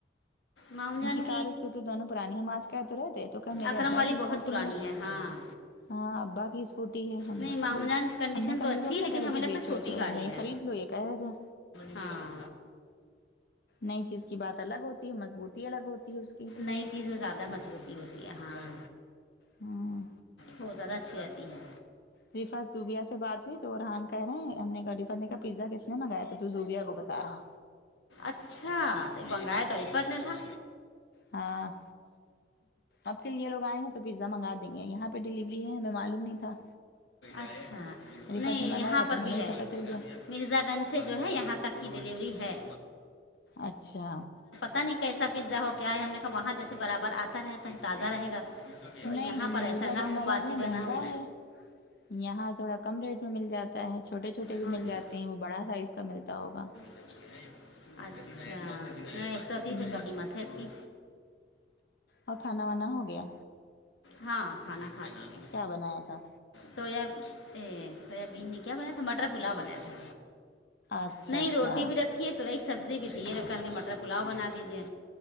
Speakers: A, on the left (about 85°); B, on the left (about 60°).
A: ماموں
B: ان
A: جان
B: کی کار اور اسکوٹی دونوں پرانی ہے ہم آج کہ تو رہتے تو کہ میرے
A: اکرم
B: ابا
A: والی
B: کی اسکوٹی
A: بہت پرانی
B: ہے
A: ہاں
B: ہاں ابا کی اسکوٹی ہے ہم
A: نہیں
B: نے
A: ماموں
B: کبھی
A: جان کی کنڈیشن
B: ہم نے کبھی
A: تو اچھی
B: تھوڑی
A: ہے
B: نا
A: لیکن
B: کرے
A: ہمیں
B: کہ
A: لگتا
B: بیچوچ
A: ہے چھوٹی گاڑی
B: نئی
A: ہے
B: خرید لو ایک کہہ رہا تھا
A: ہاں
B: نئی چیز کی بات الگ ہوتی ہے مضبوطی الگ ہوتی ہے اس کی
A: نئی چیز میں زیادہ مضبوی ہوتی ہے ہاں ہاں
B: ہاں
A: بہت زیادہ اچھی رہتی ہیں
B: ریفا زوبیا سے بات ہوئی تو ارحان کہہ رہے ہیں ہم نے ریفات نے کہا پزا کس نے منگایا تھا تو زبیا کو بتا تارہ
A: اچھا بنگائے تریفت نہیں تھا
B: ہاں اب کے لی یہ لوگ آئیں گے تو پیزا منگا دیں گے یہاں پہ ڈیلیوری ہے ہمیں معلوم نہیں تھا
A: اچھا نہیں
B: رفعت نے منگایا
A: یہاں پر
B: تو
A: بھی
B: ہمیں
A: ہے
B: پتہ چل گیا
A: مرزا گنج سے جو ہے یہاں تک کی ڈیلیوری ہے
B: اچھا
A: پتاہ نہیں کیسا پتزا ہو کیا ہے ہم نے کہا وہاں جیسے برابر آتا رہتا ہے تازہ رہے گا تو
B: نہیں
A: یہاں پر
B: مرزا
A: ایسا نہ
B: گنج
A: ہو
B: والا
A: باسی
B: جو ہے مہنگا
A: بنا ہو
B: ہے یہاں تھوڑا کم ریٹ میں مل جاتا ہے چھوٹے چھوٹے بھی
A: ہو
B: مل جاتے ہیں وہ بڑا سائز کا ملتا ہوگا
A: <unintelligible> اچھا ایک سو تیس
B: ہوں
A: روپے قیمت ہے اس کی
B: اور کھانا وانا ہو گیا
A: ہاں کھانا کھاتے ہیں
B: کیا بنایا تھا
A: سویا سویابین نکیہ بنےیا تھا مٹر پولا بنےیا تھا
B: اچھا
A: نہیں
B: اچھا
A: روٹی بھی رکھیے توا ایک سبزی بھی تھی یہ ر کل کے مٹر پلاؤ بنا دیجئے